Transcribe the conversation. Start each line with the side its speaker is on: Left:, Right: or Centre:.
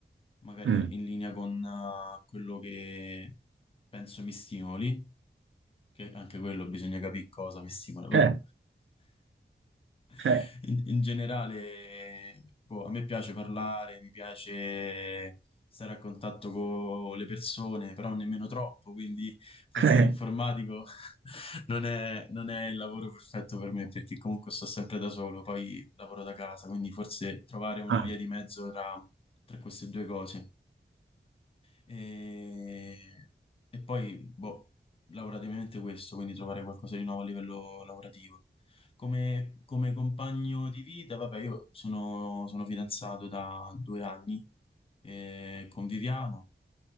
Left: magari
Right: Mm.
Left: in linea con eh, quello che penso mi stimoli che anche quello bisogna capire cosa mi stimola, però
Right: Eh,
Left: <laughs>
Right: eh,
Left: in, in generale, boh, a me piace parlare, mi piace stare a contatto con le persone, però nemmeno troppo, quindi forse
Right: eh.
Left: l'informatico <laughs> non è, non è il lavoro perfetto per me, perché comunque sto sempre da solo, poi lavoro da casa, quindi forse trovare una
Right: Ah,
Left: via di mezzo tra tra queste due cose. E, e poi, boh, lavorativamente questo, quindi trovare qualcosa di nuovo a livello lavorativo. Come, come compagno di vita, vabbè, io sono, sono fidanzato da due anni, e conviviamo,